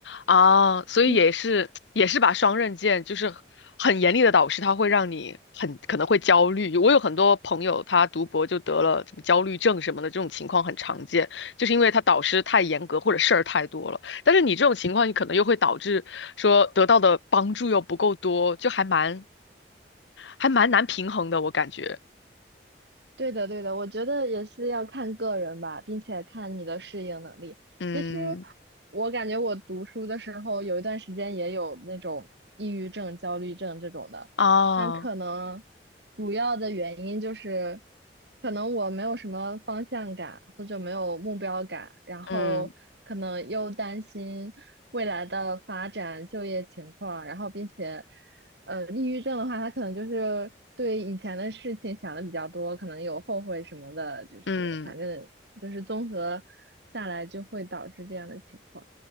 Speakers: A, on the left; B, on the right.
A: 啊，所以也是也是把双刃剑，
B: <laughs>
A: 就是很严厉的导师，他会让你很可能会焦虑。我有很多朋友，他读博就得了什么焦虑症什么的，这种情况很常见，就是因为他导师太严格或者事儿太多了。但是你这种情况，你可能又会导致说得到的帮助又不够多，就还蛮还蛮难平衡的，我感觉。
B: 对的，对的，我觉得也是要看个人吧，并且看你的适应能力。
A: 嗯
B: 其实我感觉我读书的时候有一段时间也有那种抑郁症、焦虑症这种的，
A: 啊，
B: 但可能主要的原因就是可能我没有什么方向感或者没有目标感，然后可能又担心未来的发展、
A: 嗯
B: 就业情况，然后并且。呃，抑郁症的话，他可能就是对以前的事情想的比较多，可能有后悔什么的，就是反正就是综合下来就会导致这样的情况。
A: 嗯。